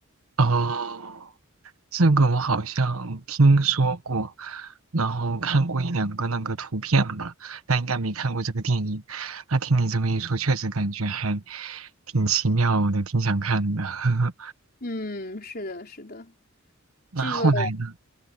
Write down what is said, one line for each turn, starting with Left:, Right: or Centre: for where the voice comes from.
Right: 哦，这个我好像听说过，然后看过一两个那个图片吧，但应该没看过这个电影。那听你这么一说，确实感觉还挺奇妙的，挺想看的。<laughs>
Left: 嗯，是的，是的，
Right: 那后来呢？
Left: 这个。